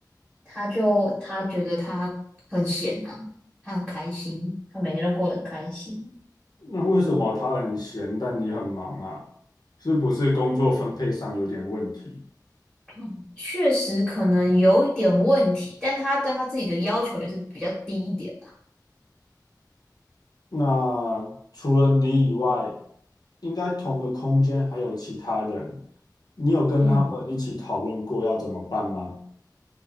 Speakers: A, in the centre; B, on the left.
A: 他就他觉得他很闲啊，他很开心，他每天都过得很开心。
B: 那为什么他很闲，但你很忙啊？是不是工作分配上有点问题？
A: 嗯，确实可能有一点问题，但他对他自己的要求也是比较低一点啦。
B: 那除了你以外，应该同个空间还有其他人，你有跟他们一起讨论过要怎么办吗？
A: 嗯，